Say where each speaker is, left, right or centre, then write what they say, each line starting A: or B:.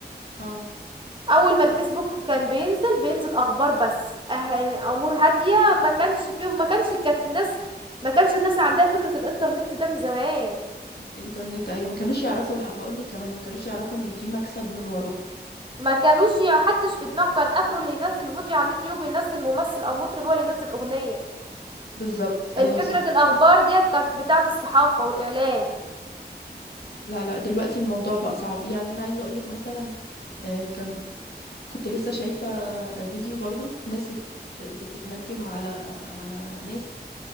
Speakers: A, on the left; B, on the right.
A: اه
B: اول ما الفيسبوك كان بينزل بينزل اخبار بس أه... امور هادية ما كانش فيه وما كانش كانت الناس ما كانش الناس عندها فكرة الانترنت ده من زمان
A: الانترنت ايوه ما كانوش يعرفوا لا هقول لك كمان ما كانوش يعرفوا ان في مكسب من وراه
B: ما كانوش يع- حدش في دماغه كان اخره اللي ينزل فيديو على اليوتيوب ينزل ممثل او مطرب هو اللي ينزل اغنية
A: بالظبط
B: الفكرة
A: ايوه صح
B: الأخبار ديت كانت بتاعة الصحافة والإعلام
A: لا لا دلوقتي الموضوع بقى صعب يعني انا عايزة اقول لك مثلا آه، كان كنت لسه شايفة آه، فيديو برضو ناس بت... بتتهجم على على ناس